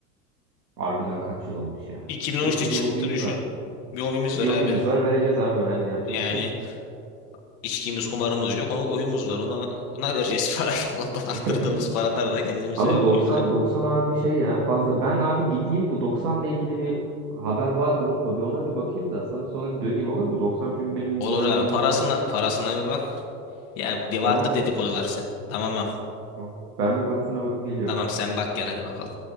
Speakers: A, on the right; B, on the left.
A: Harbiden kaç yıl olmuş ya.
B: 2013'te
A: Neyse
B: çıktı
A: bir hobimiz
B: düşün.
A: var.
B: Bir hobimiz var
A: Bir hobimiz
B: abi.
A: var vereceğiz abi aynen yapacak
B: Yani
A: bir şey yok.
B: içkimiz, kumarımız yok. O- Oyumuz var. Ona ona vereceğiz parayı. <laughs> Ondan arttırdığımız
A: <laughs>
B: paralarla kendimize
A: Ama
B: oyun
A: 90 90 abi şey ya fazla. Ben abi gideyim bu 90'la ilgili bir haber var mı yok mu bir ona bir bakayım da sana sonra bir döneyim olur mu? 90 çünkü benim moralimi
B: Olur abi. Parasına
A: bozar.
B: parasına bir bak. Ya
A: Tamam.
B: vardır dedikodular sen. Tamam mı?
A: Tamam. Ben bir parasına bakıp geliyorum.
B: Tamam sen bak gel hadi bakalım.